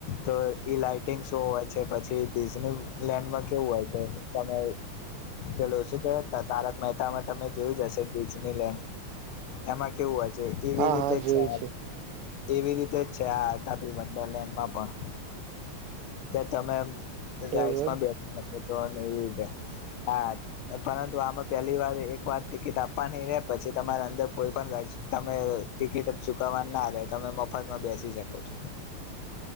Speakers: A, on the left; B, on the right.
A: તો ઈ લઇટિંગ શો હોય છે પછી ડીઝની લેન્ડર્ક કેવું હોય તો તમે પેલો શું કે તારક મહેતામાં તમે જોયું જશે ડિજનીલેન્ડ, એમાં કેવું હોય એવી
B: હા
A: રીતે
B: હા જોયું
A: છે. એવી રીતે જ છે આ ત તપી વંડરલેન્ડમાં પણ, તમે ગાઈડ
B: એવું
A: બે તો ન એ હા, પરંતુ આમાં પેલી વાર એક વાર ટિકિટ આપવા નઈ રે પછી તમારે અંદર કોઈ પણ તમે ટિકિટ જ ચુકવવા ના રહે તમે મફતમાં બેસી શકો છો.